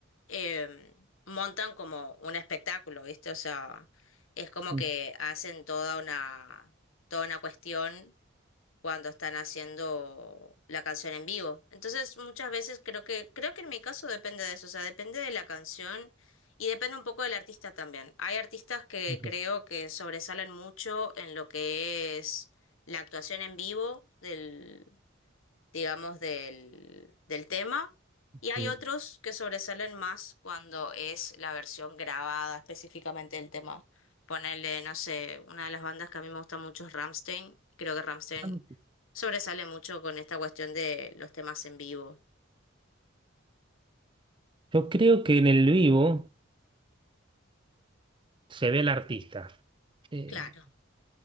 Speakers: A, on the left; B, on the right.
A: eh, montan como un espectáculo, ¿viste? O sea, es como
B: mm,
A: que hacen toda una, toda una cuestión cuando están haciendo la canción en vivo. Entonces, muchas veces creo que, creo que en mi caso depende de eso, o sea, depende de la canción y depende un poco del artista también. Hay artistas que
B: ok,
A: creo que sobresalen mucho en lo que es la actuación en vivo del digamos, del, del tema. Y hay
B: bien.
A: otros que sobresalen más cuando es la versión grabada específicamente del tema. Ponerle, no sé, una de las bandas que a mí me gusta mucho es Rammstein. Creo que Rammstein
B: Ah, ok.
A: sobresale mucho con esta cuestión de los temas en vivo.
B: Yo creo que en el vivo se ve al artista. Eh,
A: Claro,